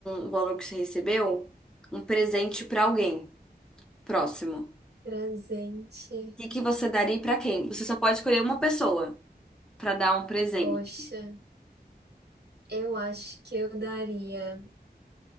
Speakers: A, in the centre; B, on the right.
A: o valor que você recebeu, um presente pra alguém próximo,
B: presente.
A: o que que você daria e pra quem? Você só pode escolher uma pessoa pra dar um presente.
B: Poxa, eu acho que eu daria.